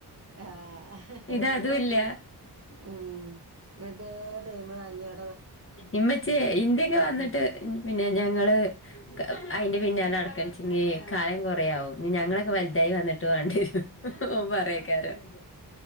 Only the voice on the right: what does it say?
ആഹ്
ഉം വെറുതേ ടൈം കളഞ്ഞിങ്ങാ